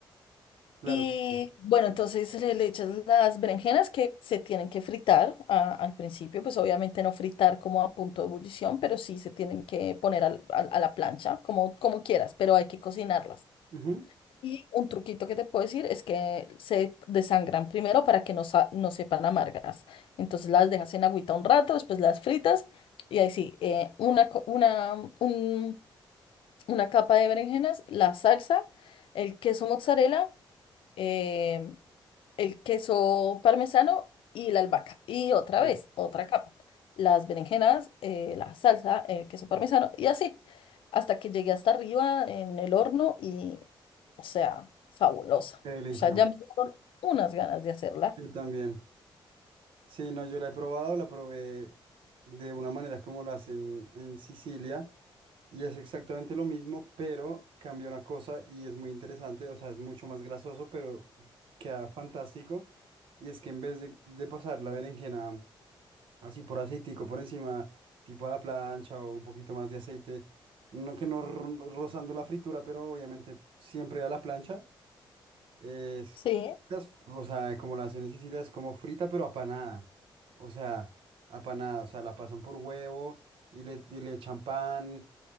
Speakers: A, on the right; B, on the left.
A: Claro
B: Y
A: que sí.
B: bueno, entonces le, le echas las berenjenas que se tienen que fritar a- al principio, pues obviamente no fritar como a punto de ebullición, pero sí se tienen que poner al- al- a la plancha, como, como quieras, pero hay que cocinarlas.
A: Ujú.
B: Y un truquito que te puedo decir es que se desangran primero para que no, sa- no sepan amargas. Entonces las dejas en agüita un rato, después las fritas y ahí sí, eh, una, co- una, un- una capa de berenjenas, la salsa, el queso mozzarella eh, el queso parmesano y la albahaca. Y otra
A: Sí,
B: vez, otra capa. Las berenjenas, eh, la salsa, el queso parmesano y así. Hasta que llegué hasta arriba en el horno y, o sea, fabulosa.
A: Qué delicia.
B: O sea, ya me dieron unas ganas de hacerla.
A: Yo también. Sí, no, yo la he probado, la probé de una manera como la hacen en Sicilia y es exactamente lo mismo, pero cambia una cosa y es muy interesante, o sea, es mucho más grasoso, pero queda fantástico. Y es que en vez de, de pasar la berenjena así por aceitico por encima, tipo a la plancha o un poquito más de aceite, no que no ro- rozando la fritura, pero obviamente siempre a la plancha. Es,
B: Sí.
A: las- o sea, como la hacen en Sicilia, es como frita, pero apanada. O sea, apanada, o sea, la pasan por huevo y le, y le echan pan,